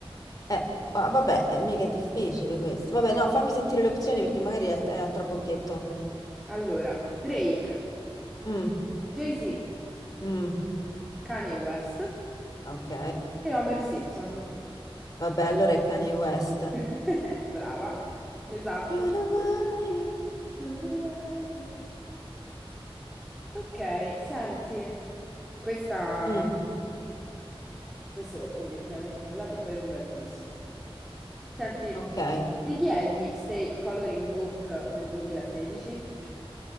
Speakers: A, on the left; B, in the centre.
A: Eh, ah, vabbè, eh, mica è difficile questo. Vabbè, no, fammi sentire le opzioni perché magari è, è a trabocchetto.
B: Allora, Drake,
A: Mm,
B: Jay-Z,
A: mm,
B: Kanye West
A: ok.
B: e Homer Simpson.
A: Vabbè, allora è Kanye West.
B: <laughs> Brava, esatto.
A: Through the wire.
B: Through the Wire. Ok, senti, questa,
A: Mm,
B: questo obiettivamente parlando è proprio un bel disco. Senti,
A: ok.
B: di chi è il mixtape Coloring Book del 2016?